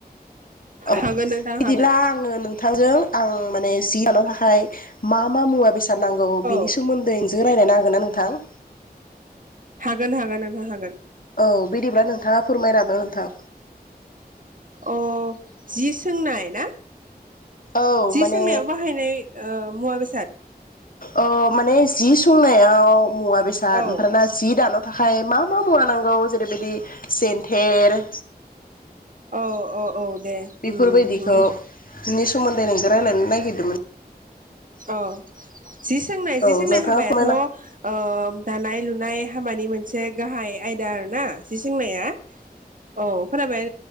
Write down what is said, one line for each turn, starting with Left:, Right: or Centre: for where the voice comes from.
Left: औ
Right: हागोन नोंथां
Left: बिदिब्ला
Right: हागोन
Left: आंङो नोंथांजों आं माने जि दानो थाखाय मा मा मुवा बेसाद नांगौ
Right: औ
Left: बिनि सोमोन्दै जों रायज्लायनो हागोन ना नोंथां?
Right: हागोन हागोन नोंथां हागोन।
Left: औ बिदिब्ला नोंथांङा फोरमायलां नोंथां
Right: अ जि सोंनाय ना?
Left: औ
Right: जि
Left: माने
Right: सोंनायाव बाहायनाय ओ मुवा बेसाद
Left: अ माने जि सोंनायाव मुवा बेसाद
Right: औ
Left: ओमफ्रायना जि दानो थाखाय मा मा मुवा नांगौ जेरै बायदि सेन्थेर
Right: औ औ औ दे
Left: बेफोरबायदिखौ
Right: उम उम
Left: नि सोमोन्दै नोंजों रायज्लायनो नागिरदोंमोन।
Right: औ जि सोंनाय
Left: औ
Right: जि सोंनाय
Left: नोंथाङा
Right: हाबायाथ'
Left: फोरमायना
Right: ओ दानाय लुनाय। हाबानि मोनसे गाहाय आयदा आरो ना जि सोंनाया औ खोनाबाय।